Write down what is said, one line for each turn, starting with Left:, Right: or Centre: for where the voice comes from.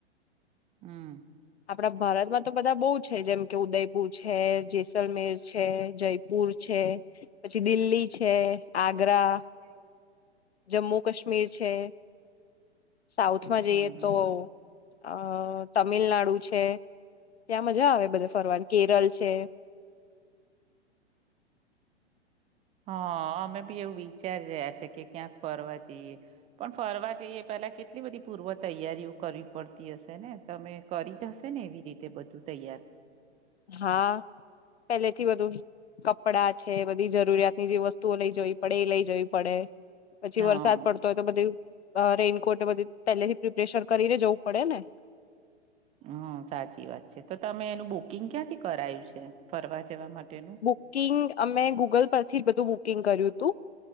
Right: હમ.
Left: આપડા ભારતમાં તો બધા બો છે જેમકે ઉદયપુર છે, જેસલમેર છે, જયપુર પુર છે પછી દિલ્હી છે, આગ્રા
Right: છે.
Left: જમ્મુ કાશ્મીર છે. સાઉથમાં જઈએ
Right: હમ
Left: તો, અ તમિલનાડુ છે. ત્યાં મજા આવે બધે ફરવાની. કેરળ છે, <unintelligible>
Right: હ. અમે બી એવું વિચારી રહ્યા છે કે ક્યાંક ફરવા જઈએ. પણ ફરવા જઈએ એ પેલા કેટલી બધી પૂર્વ તૈયારીઓ કરવી પડતી હશે ને? તમે કરી જ હશે ને એવી રીતે બધું તૈયાર?
Left: હા, પેલેથી બધું કપડાં છે બધી જરૂરિયાતની જે વસ્તુઓ લઈ જવી પડે એ લઈ જવી પડે. પછી
Right: હા
Left: વરસાદ પડ- તોય તો બધી રેનકોટ એ બધી પહેલેથી પ્રિપરેશન કરીને જવું પડે ને?
Right: હમ. સાચી વાત છે તો તમે એનું બુકિંગ ક્યાંથી કરાયું છે ફરવા જવા માટેનું?
Left: બુકિંગ, અમે ગૂગલ પરથી જ બધું બુકિંગ કર્યુંતું.